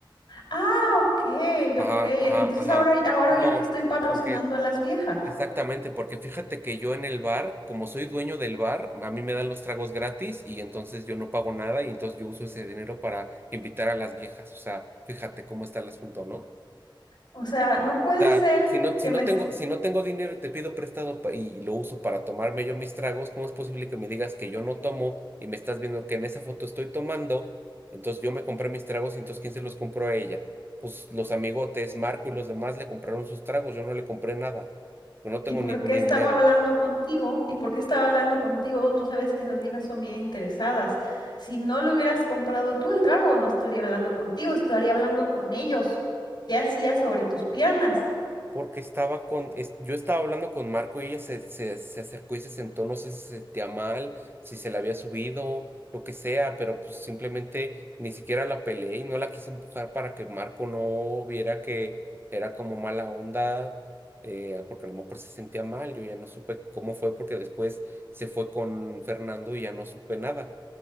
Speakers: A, on the left; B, on the right.
A: Ah, ok,
B: Ajá,
A: ok.
B: ajá,
A: Entonces
B: ajá.
A: ahora, ahora
B: No,
A: yo te estoy patrocinando
B: porque,
A: a las viejas.
B: exactamente, porque fíjate que yo en el bar, como soy dueño del bar, a mí me dan los tragos gratis y entonces yo no pago nada y entonces yo uso ese dinero para invitar a las viejas. O sea, fíjate cómo está el asunto, ¿no?
A: O sea, no puede
B: sea,
A: ser
B: si no,
A: que
B: si no
A: me... est-
B: tengo, si no tengo dinero y te pido prestado pa- y lo uso para tomarme yo mis tragos, ¿cómo es posible que me digas que yo no tomo y me estás viendo que en esa foto estoy tomando? Entonces yo me compré mis tragos y entonces ¿quién se los compró a ella? Pues los amigotes, Marco y los demás le compraron sus tragos, yo no le compré nada. Yo no tengo
A: ¿Y por
B: ni, ni
A: qué estaba
B: dinero.
A: hablando contigo? ¿Y por qué estaba hablando contigo? Tú sabes que esas viejas son bien interesadas. Si no le hubieras comprado tú el trago, no estaría hablando contigo, estaría hablando con ellos. ¿Qué hacías sobre tus piernas?
B: porque estaba con, es- yo estaba hablando con Marco y ella se, se, se acercó y se sentó, no sé si se sentía mal, si se la había subido, lo que sea, pero pues simplemente ni siquiera la peleé y no la quise empujar para que Marco no viera que era como mala onda, eh, porque a lo mejor se sentía mal, yo ya no supe cómo fue porque después se fue con Fernando y ya no supe nada.